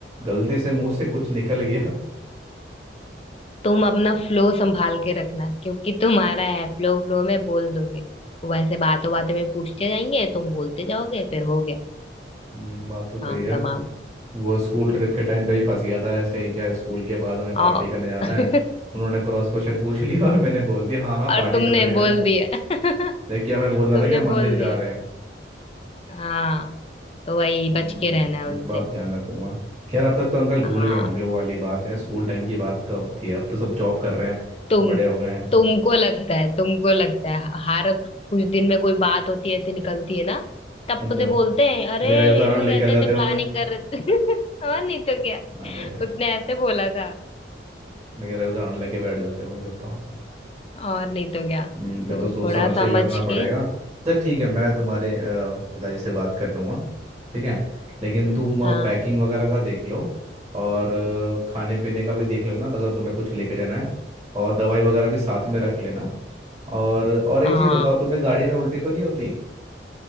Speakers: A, on the right (about 20°); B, on the left (about 30°).
A: गलती से मुंह से कुछ निकल गया
B: तुम अपना फ्लो संभाल के रखना क्योंकि तुम्हारा है फ्लो फ्लो में बोल दोगे वो वैसे बातों बातों में पूछते जाएंगे तुम बोलते जाओगे फिर हो गया
A: हम्म, बात तो सही
B: काम
A: है
B: तमाम
A: वो स्कूल ट्रिप के टाइम पे ही फंस गया था ऐसे ही क्या स्कूल के बाद हमें
B: आ
A: पार्टी करने जाना
B: <laughs>
A: है उन्होंने क्रॉस क्वेश्चन पूछ लिया और मैंने बोल दिया हाँ हाँ
B: और
A: पार्टी
B: तुमने
A: तो करने जा
B: बोल
A: रहे हैं
B: दिया <laughs>
A: जबकि हमें बोलना
B: तुमने
A: था कि हम मंदिर
B: बोल
A: जा
B: दिया
A: रहे हैं
B: हाँ तो वही
A: नहीं,
B: बच के रहना है उनसे
A: इस बार ध्यान रखूंगा खैर अब तक तो अंकल भूल
B: हाँ
A: गए होंगे वो वाली बात है स्कूल टाइम की बात तो थी अब तो सब जॉब कर रहे हैं
B: तुम
A: बड़े हो गए हैं
B: तुमको लगता है तुमको लगता है हर कुछ दिन में कोई बात होती है ऐसे निकलती है ना तब
A: अच्छा
B: से बोलते हैं अरे
A: मेरा ही उदाहरण
B: ये लोग
A: लेके
B: ऐसे
A: आ
B: ऐसे
A: जाते
B: प्लानिंग
A: होंगे
B: कर रहे थे <laughs> और नहीं तो क्या
A: अरे
B: उसने ऐसे बोला था
A: मेरा ही उदाहरण लेके बैठ जाते होंगे फिर तो
B: और नहीं तो क्या
A: हम्म, फिर
B: तो
A: तो सोच
B: थोड़ा
A: समझ
B: समझ
A: के करना
B: के
A: पड़ेगा अच्छा ठीक है मैं तुम्हारे अ, पिताजी से बात कर लूँगा ठीक है लेकिन
B: हम्म,
A: तुम
B: हाँ
A: पैकिंग वगैरह का देख लो और अ, खाने पीने का भी देख लेना अगर तुम्हें कुछ लेके जाना है और दवाई वगैरह भी साथ
B: हम्म,
A: में रख लेना और और एक
B: हाँ
A: चीज बताओ तुम्हें गाड़ी में उल्टी तो नहीं होती